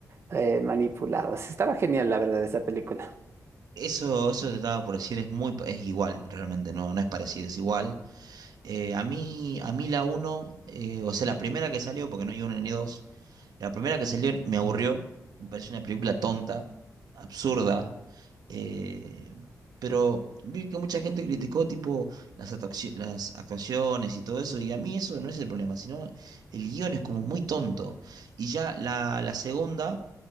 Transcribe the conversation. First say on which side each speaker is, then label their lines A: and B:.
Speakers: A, on the right; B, on the right.
A: eh, manipulados. Estaba genial, la verdad, esa película.
B: Eso, eso te estaba por decir, es muy, pa- es igual, realmente, no, no es parecido, es igual. Eh, a mí, a mí la uno eh, o sea, la primera que salió, porque no hay una ni dos, la primera que salió me aburrió, me pareció una película tonta, absurda, eh, pero vi que mucha gente criticó tipo las, atoxi- las actuaciones y todo eso, y a mí eso no es el problema, sino el guión es como muy tonto. Y ya la, la segunda,